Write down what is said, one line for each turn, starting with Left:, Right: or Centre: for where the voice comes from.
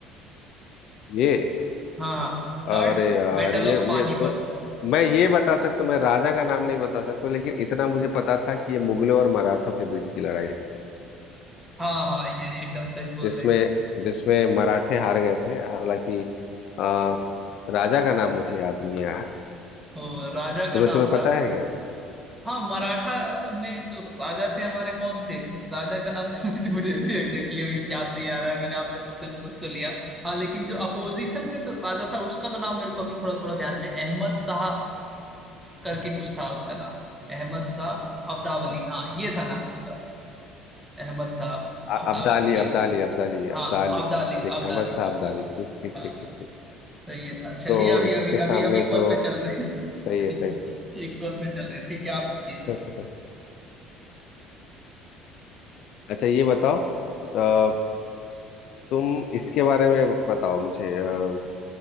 Left: ये
Centre: हाँ हाँ
Left: अरे
Centre: Third
Left: यार
Centre: battle
Left: ये
Centre: of Panipat
Left: ये तो मैं ये बता सकता हूँ मैं राजा का नाम नहीं बता सकता लेकिन इतना मुझे पता था कि ये मुगलों और मराठों के बीच की लड़ाई थी
Centre: हाँ हाँ ये एकदम सही बोल
Left: जिसमें
Centre: रहे हैं
Left: जिसमें मराठे हार गए थे हालांकि अ, राजा का नाम मुझे याद नहीं है
Centre: तो राजा
Left: तुम्हें
Centre: का नाम
Left: तुम्हें
Centre: था
Left: पता है क्या
Centre: हाँ मराठा में जो राजा थे हमारे कौन थे राजा का नाम तो मुझे मुझे भी एग्जैक्टली अभी याद नहीं आ रहा है मैंने आपसे क्वेश्चन पूछ तो लिया हाँ लेकिन जो अपोजिशन में जो राजा था उसका तो नाम मेरे को अभी थोड़ा थोड़ा ध्यान में अहमद शाह करके कुछ था उसका नाम अहमद शाह अब्दावली हाँ ये था नाम उसका अहमद शाह
Left: अ-
Centre: अब्दावली
Left: अब्दाली
Centre: ये
Left: अब्दाली
Centre: था
Left: अब्दाली
Centre: हाँ
Left: अब्दाली
Centre: अब्दाली
Left: ठीक
Centre: अब्दाली
Left: अहमद शाह अब्दाली
Centre: अब्दाली
Left: ठीक ठीक
Centre: हाँ
Left: ठीक
Centre: हाँ,
Left: ठीक ठीक
Centre: तो ये था चलिए
Left: तो
Centre: अभी
Left: इसके
Centre: अभी
Left: सामने
Centre: अभी हम इक्वल
Left: तो
Centre: पे चल रहे हैं
Left: सही है सही
Centre: <laughs> इक्वल पे चल रहे हैं ठीक है आप पूछिए
Left: है <laughs> अच्छा ये बताओ अ, तुम इसके बारे में बताओ मुझे अ,